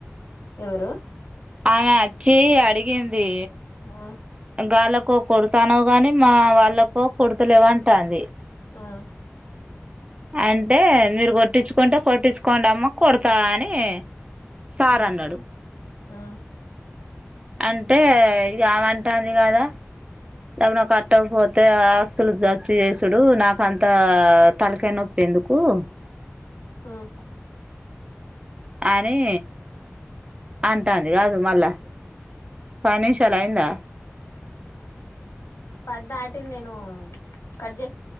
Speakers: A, on the left; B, on the right.
A: ఎవరు
B: ఆమె అచ్చి ఆడిగింది
A: ము
B: గాళ్ళలకు కొడతాను గాని మా వాళ్ళలకు కొడుతలేవంటాంది.
A: ఆ
B: అంటే మీరు కొట్టించుకుంటే కొట్టించుకోండమ్మా కొడతా అని సార్
A: ఉమ్
B: అన్నాడు
A: ఉమ్
B: అంటే ఇగ ఆమె అంటాంది కదా ఎమన్నా కట్టక పోతే ఆస్తులు జప్తు చేసుడు నాక అంతా తలకాయి నొప్పి ఎందుకు ఉ
A: ఓహో
B: అని అంటాంది కాదు మళ్ళా పనిషలయిందా
A: పద్దంట్టి నేను కట్